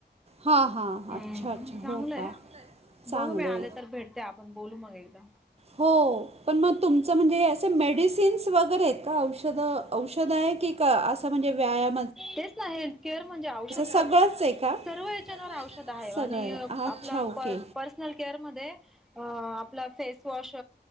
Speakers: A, on the right; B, in the centre.
A: हां हां
B: हं
A: अच्छा अच्छा
B: चांगलंय
A: हो का चांगलं
B: बघू मी आले
A: आहे.
B: तर भेटते आप पण बोलू मग एकदा.
A: हो पण म तुमचं म्हणजे असे मेडिसिन्स वगैरे आहेत का औषधं औषधं आहे की, का असं म्हणजे व्यायाम
B: तेच ना हेल्थकअर म्हणजे औषध
A: सगळंच
B: स-सर्व
A: आहे का?
B: ह्याच्यांनवर
A: सगळं
B: औषध आहे आणि
A: सगळं
B: आप
A: अच्छा,
B: लं
A: ओके.
B: प-पर्सनल केअरमध्ये‌ अ आपला फेसवॉश